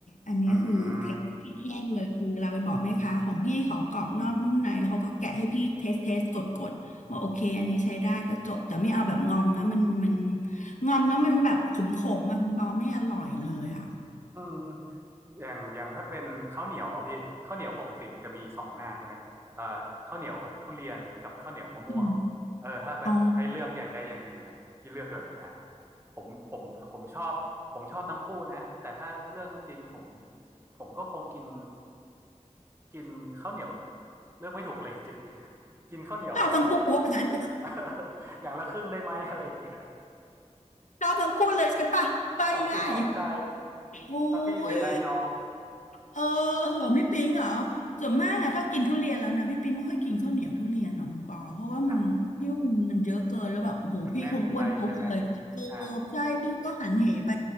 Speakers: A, on the left; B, on the right.
A: อันเนี้ยคือเทคที่พี่แย่งเลยคือเราไปบอกแม่ค้าของพี่ขอกรอบนอกนุ่มในแล้วเขาก็แกะให้พี่เทสเทสกดกดบอกโอเคอันนี้ใช้ได้ก็จบแต่ไม่เอาแบบงอมนะมันมัน
B: อืม
A: งอมแล้วมันแบบขมขมมาคุณปอไม่อร่อยเลยอ่ะ
B: อืมอย่างอย่างถ้าเป็นข้าวเหนียวอะพี่ข้าวเหนียวปกติมันจะมีสองหน้าใช่ไหมเอ่อข้าวเหนียวทุเรียนกับข้าวเหนียวมะม่วง
A: อืม
B: เออถ้าแบบให้เลือกอย่างใดอย่างหนึ่งอะพี่เลือกแบบไหนอะ
A: อ๋อ
B: ผมผมผมชอบผมชอบทั้งคู่นะแต่ถ้าเรื่องจริงผมผมก็คงกินกินข้าวเหนียวเลือกไม่ถูกเลยจริงๆกินข้าวเหนียว
A: ชอบทั้งคู่ว่าอย่างนั้นเถอะ
B: <laughs> อย่างละครึ่งได้ไหมอะไรอย่างเงี้ย
A: ชอบทั้งคู่เลยใช่ปะไปง่าย
B: สองจิตสองใจ
A: ๆอุ้
B: รักพี่เสียดายน้อง
A: ย เออเหรอพี่ปิงเหรอส่วนมากอะถ้ากินทุเรียนแล้วนะพี่ปิงไม่ค่อยกินข้าวเหนียวทุเรียนหรอกคุณปอเพราะว่ามันพี่ว่ามันมันเยอะเกินแล้วแบบโหพี่คงอ้วนปุ๊บเลยเออ
B: ครับ มันแน่นไปใช่ไหมอ่า
A: ใช่พี่ก็หันเหไป